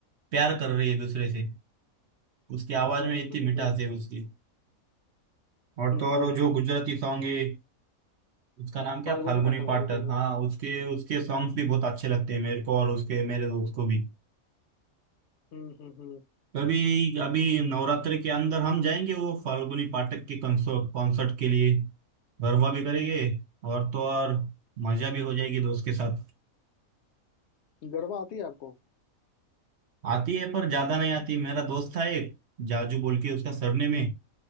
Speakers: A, on the right; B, on the left.
A: प्यार कर रही है दूसरे से उसकी आवाज
B: हम्म
A: में इतनी
B: हम्म
A: मिठास
B: हम्म
A: है उसकी और
B: हम्म
A: तो और वो जो गुजराती सॉन्ग है उसका नाम क्या
B: फाल्गुनी
A: फाल्गुनी
B: पाठक
A: पाठक
B: वाली बोल रहे
A: हाँ
B: हो
A: उसके उसके सॉन्ग्स भी बहुत अच्छे लगते हैं मेरे को और उसके मेरे दोस्त को भी
B: हम्म हम्म हम्म
A: अभी अभी नवरात्रि के अंदर हम जाएंगे वो फाल्गुनी पाठक के कॉन्सर्ट कॉन्सर्ट के लिए गरबा भी करेंगे और तो और मजा भी हो जाएगी दोस्त के साथ
B: गरबा आती है आपको
A: आती है पर ज्यादा नहीं आती मेरा दोस्त था एक जाजू बोल के उसका सरनेम
B: हम्म
A: है